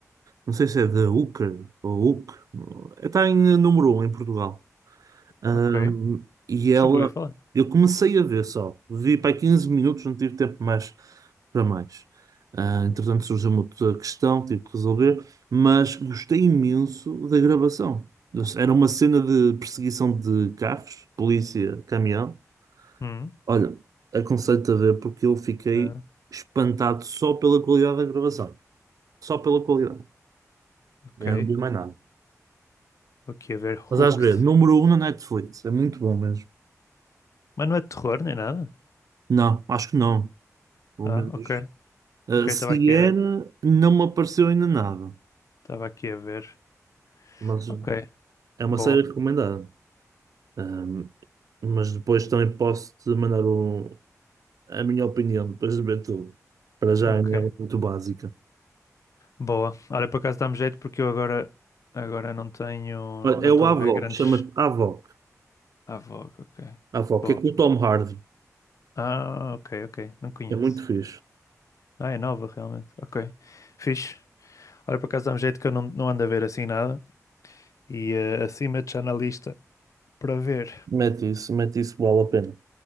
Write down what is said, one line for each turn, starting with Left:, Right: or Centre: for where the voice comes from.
Right: não sei se é The Hooker ou Hook. Está em número um em Portugal. Ahm,
Left: Ok. Acho
Right: e ela,
Left: que nunca ouvi falar.
Right: eu comecei a ver só, vi para aí 15 minutos, não tive tempo mais para mais. Ah, entretanto, surgiu uma outra questão, tive que resolver, mas gostei imenso da gravação. Era uma cena de perseguição de carros, polícia, caminhão.
Left: Hum.
Right: Olha, aconselho-te a ver porque eu fiquei
Left: Ah,
Right: espantado só pela qualidade da gravação. Só pela qualidade.
Left: ok.
Right: Eu não vi mais nada.
Left: Vou aqui a ver Hooked.
Right: Mas às ver, número um na Netflix. É muito bom mesmo.
Left: Mas não é de terror nem nada?
Right: Não, acho que não. Pelo
Left: Ah,
Right: menos.
Left: ok.
Right: Uh,
Left: Ok,
Right: se
Left: estava aqui
Right: era,
Left: a,
Right: não me apareceu ainda nada,
Left: estava aqui a ver.
Right: mas
Left: Ok,
Right: é uma
Left: boa.
Right: série recomendada. Um, mas depois também posso te mandar o- a minha opinião, depois de ver tudo. Para já
Left: Ok,
Right: ainda é muito básica.
Left: boa. Olha, por acaso dá-me jeito porque eu agora, agora não tenho,
Right: Olha,
Left: não
Right: É
Left: estou
Right: o Avoc,
Left: a ver grandes...
Right: chama-se Avoc.
Left: Ah, Vogue, ok.
Right: Avoc,
Left: Boa.
Right: é com o Tom Hardy,
Left: Ah, ok, ok. Não conheço.
Right: é muito fixe.
Left: Ah, é nova realmente. Ok, fixe. Olha, por acaso dá-me jeito que eu não, não ando a ver assim nada. E eh, acima de já na lista para ver.
Right: Mete isso, mete isso, vale a pena.